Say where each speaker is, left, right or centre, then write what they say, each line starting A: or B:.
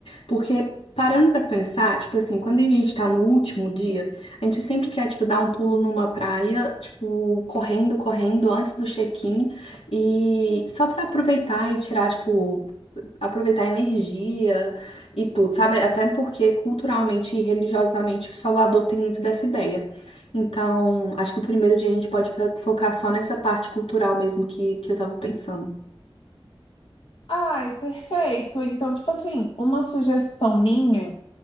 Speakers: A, on the left (about 85°); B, on the left (about 65°).
A: Porque parando pra pensar, tipo assim, quando a gente tá no último dia, a gente sempre quer, tipo, dar um pulo numa praia, tipo, correndo, correndo antes do check-in e só pra aproveitar e tirar, tipo, aproveitar a energia e tudo, sabe? Até porque culturalmente e religiosamente Salvador tem muito dessa ideia. Então, acho que o primeiro dia a gente pode fo- focar só nessa parte cultural mesmo que, que eu tava pensando.
B: Ai, perfeito. Então, tipo assim, uma sugestão minha.